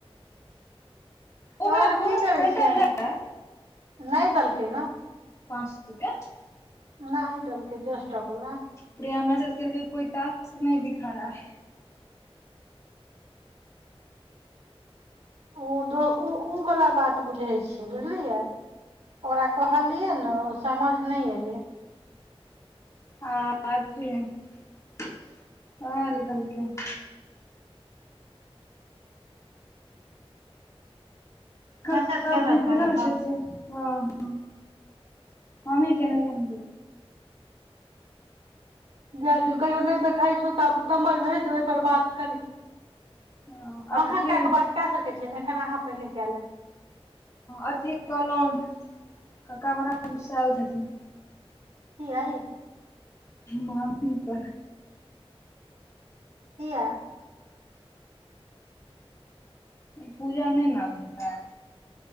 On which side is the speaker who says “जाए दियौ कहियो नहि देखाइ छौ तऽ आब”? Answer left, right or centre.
Right